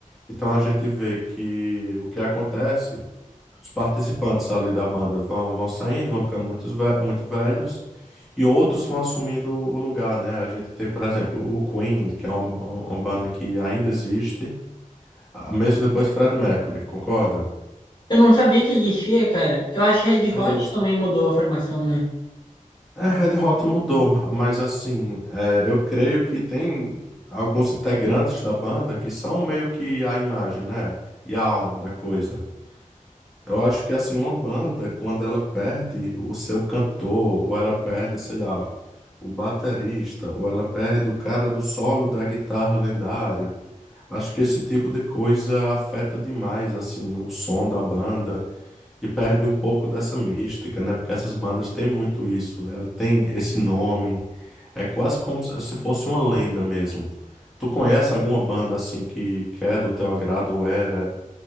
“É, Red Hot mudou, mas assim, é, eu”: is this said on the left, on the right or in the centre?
Centre